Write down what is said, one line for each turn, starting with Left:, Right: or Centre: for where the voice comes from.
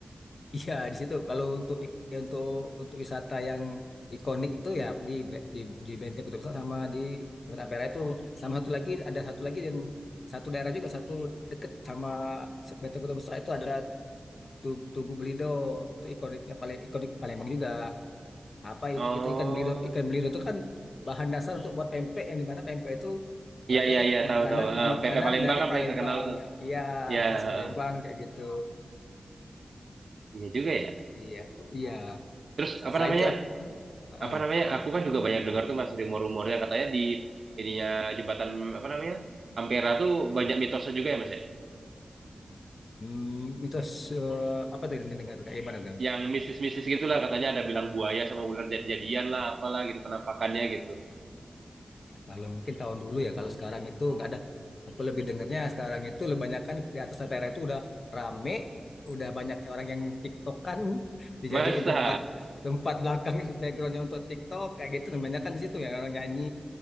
Left: Iya di situ. Kalau untuk ik- untuk untuk wisata yang ikonik itu ya di Be- di, di Benteng Kutub Besar sama di Jembatan Ampera itu sama satu lagi ada satu lagi yang satu daerah juga satu deket sama Benteng Kutub Besar itu ada Tu- Tugu Belido itu ikoniknya paling ikonik Palembang juga. Apa i-
Right: Oh.
Left: itu ikan belido ikan belido itu kan bahan dasar untuk buat pempek yang dimana pempek itu sebagai
Right: Iya iya iya tahu
Left: makanan
Right: tahu. Eh,
Left: makanan
Right: PP Palembang
Left: dari
Right: kan
Left: Palembang.
Right: paling terkenal tuh.
Left: Iya
Right: Iya,
Left: khas
Right: heeh.
Left: Palembang kayak gitu.
Right: Iya juga ya.
Left: Iya iya.
Right: Terus apa
Left: Selain
Right: namanya?
Left: itu Ah,
Right: Apa namanya? Aku kan juga banyak dengar tuh Mas rumor-rumornya katanya di ininya jembatan apa namanya? Ampera tuh banyak mitosnya juga ya Mas ya.
Left: hmm, mitos eh, apa tadi yang dengar kayak gimana tuh?
Right: Yang mistis-mistis gitulah katanya ada bilang buaya sama ular jadi-jadian lah apalah gitu penampakannya gitu.
Left: Kalau mungkin tahun dulu ya, kalau sekarang itu nggak ada. Aku lebih dengarnya sekarang itu lebih banyakan di atas daerah itu udah rame, udah banyak orang yang TikTokan <laughs> dijadiin
Right: Masa?
Left: tempat tempat belakang <laughs> backgroundnya untuk TikTok kayak gitu. Kebanyakan di situ ya orang nyanyi.